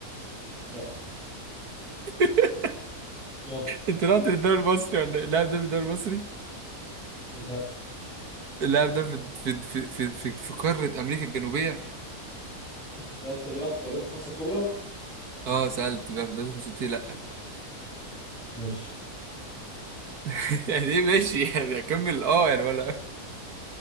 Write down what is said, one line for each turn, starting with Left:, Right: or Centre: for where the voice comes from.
Centre: لا
Right: <laughs>
Centre: يلا
Right: انت رحت للدوري المصري ولا ايه؟ اللاعب ده في الدوري المصري
Centre: لا
Right: اللاعب ده في في في في في, في قارة امريكا الجنوبية
Centre: انت سالته هو بيلعب في الدوريات الخمسه الكبرى
Right: اه سألت بقى في الدوري الخمسة قلت لي لا
Centre: ماشي
Right: <laughs> يعني ايه ماشي يعني اكمل اه يعني ولا